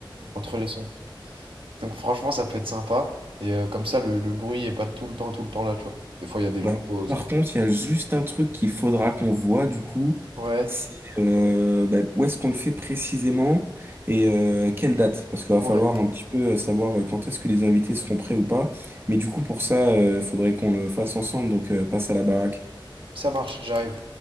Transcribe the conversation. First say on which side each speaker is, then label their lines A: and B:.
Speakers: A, on the right (about 80°); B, on the right (about 25°).
A: entre les sons. Donc franchement, ça peut être sympa. Et euh, comme ça, le, le bruit est pas tout le temps, tout le temps là, tu vois. Des fois, il y a des
B: Ouais.
A: longues pauses.
B: Par contre, il y a juste un truc qu'il faudra qu'on voit du coup,
A: Ouais,
B: c'est euh, bah, où est-ce qu'on le fait précisément et euh, quelle date, parce qu'il va
A: ouais,
B: falloir un petit peu euh, savoir euh, quand est-ce que les invités seront prêts ou pas. Mais du coup, pour ça, il faudrait qu'on le fasse ensemble, donc euh, passe à la baraque.
A: ça marche, j'arrive.